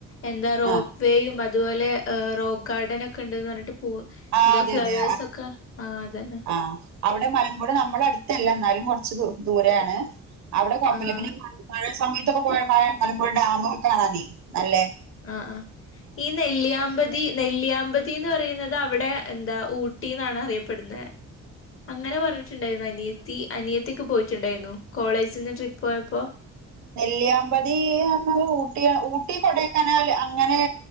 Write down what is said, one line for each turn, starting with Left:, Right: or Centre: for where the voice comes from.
Left: എന്താ റോപ്പ്
Right: ആ
Left: വേയും അതുപോലെ റോക്ക് ഗാർഡൻ ഒക്കെ ഒണ്ടന്ന് പറഞ്ഞിട്ട് ഉവ്വ്
Right: ആ
Left: എന്താ
Right: അതെ
Left: ഫ്ലവേഴ്സ്
Right: അതെ ആ
Left: ഒക്കെ ആഹ് അതന്നെ
Right: ആ. അവിടെ മലമ്പുഴ നമ്മടെ അടുത്തല്ല എന്നാലും കൊറച്ച് ദൂ ദൂരെയാണ് അവിടെ കൊഴപ്പല്ല
Left: ആഹ്
Right: മഴ സമയത്തൊക്കെ പോയ മഴ മലമ്പുഴ ഡാമ് ഒക്കെ കാണാനേ അല്ലേ
Left: ആഹ് ആഹ് ഈ നെല്ലിയാമ്പതി നെല്ലിയാമ്പതി ന്ന് പറയുന്നത് അവിടെ എന്താ ഊട്ടി ന്നാണ് അറിയപ്പെടുന്നെ അങ്ങനെ പറഞ്ഞിട്ടുണ്ടായിരുന്നു അനിയത്തി അനിയത്തിക്കെ പോയിട്ടുണ്ടായിരുന്നു കോളേജിന്ന് ട്രിപ്പ് പോയപ്പോ
Right: നെല്ലിയാമ്പതിന്നു പർഞാല് ഊട്ടിയ ഊട്ടി കൊടെക്കനാൽ അങ്ങനെ